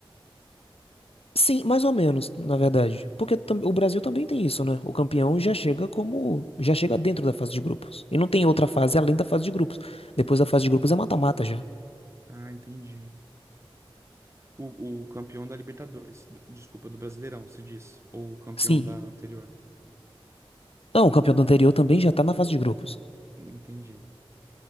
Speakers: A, on the left (about 85°); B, on the right (about 30°).
A: Sim, mais ou menos, na verdade. Porque tam- o Brasil também tem isso, né? O campeão já chega como, já chega dentro da fase de grupos. E não tem outra fase além da fase de grupos. Depois da fase de grupos é mata-mata já.
B: Ah, entendi. O, o campeão da Libertadores, d- desculpa, do Brasileirão, se diz, ou o campeão
A: Sim.
B: da anterior.
A: Não, o campeão do anterior também já tá na fase de grupos.
B: Entendi.